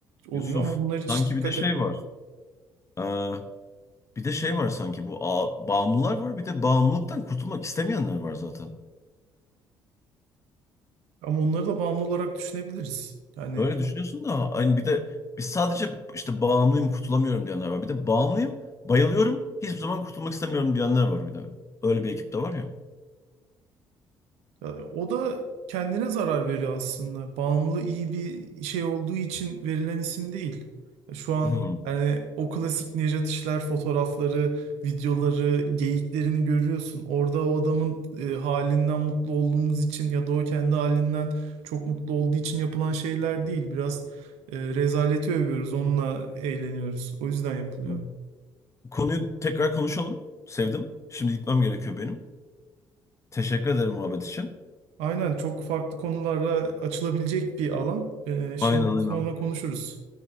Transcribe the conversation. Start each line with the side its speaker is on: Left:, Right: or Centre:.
Right: oluyor
Left: Yusuf.
Right: ama bunlar hiç
Left: Sanki
Right: dikkat
Left: bir de şey
Right: etmiyorum.
Left: var. Ee, bir de şey var sanki bu a- bağımlılar var bir de bağımlılıktan kurtulmak istemeyenler var zaten.
Right: Ama onları da bağımlı olarak düşünebiliriz. Yani
Left: Öyle düşünüyorsun da hani bir de biz sadece işte bağımlıyım kurtulamıyorum diyenler var. Bir de bağımlıyım bayılıyorum hiçbir zaman kurtulmak istemiyorum diyenler var bir de. Öyle bir ekip de var ya.
Right: ya, o da kendine zarar veriyor aslında. Bağımlı iyi bir şey olduğu için verilen isim değil. Ya Şu an
Left: <laughs>
Right: hani o klasik Nejat İşler fotoğrafları, videoları, geyiklerini görüyorsun. Orada o adamın e, halinden mutlu olduğumuz için ya da o kendi halinden çok mutlu olduğu için yapılan şeyler değil. Biraz e, rezaleti övüyoruz, onunla eğleniyoruz. O yüzden yapılıyor.
Left: Hmm. Konuyu tekrar konuşalım. Sevdim. Şimdi gitmem gerekiyor benim. Teşekkür ederim muhabbet için.
Right: Aynen çok farklı konularla açılabilecek bir alan. Ee, şimdi
Left: Aynen aynen.
Right: sonra konuşuruz.